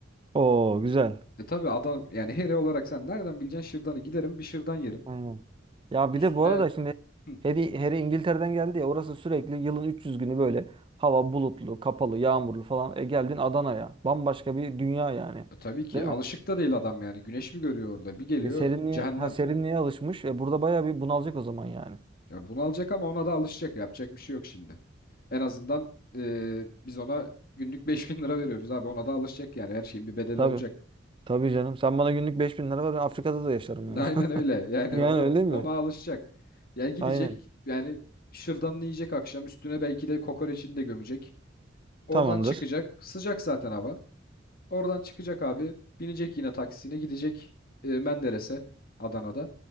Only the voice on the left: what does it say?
E tabi adam yani heri olarak sen nereden bileceksin şırdanı? Giderim bir şırdan yerim.
Üstüne
Hı.
e, tabii ki
alışık da değil adam yani. Güneş mi görüyor orada? Bir geliyor
cehennem.
Ya bunu alacak ama ona da alışacak. Yapacak bir şey yok şimdi. En azından e, biz ona günlük 5000 lira veriyoruz abi. Ona da alışacak yani. Her şeyin bir bedeli
olacak.
Aynen
öyle. Yani
o
ona alışacak. Ya gidecek
yani şırdanını yiyecek akşam üstüne belki de kokoreçini de gömecek. Oradan
çıkacak. Sıcak zaten hava. Oradan çıkacak abi. Binecek yine taksisine gidecek e, Menderes'e Adana'da.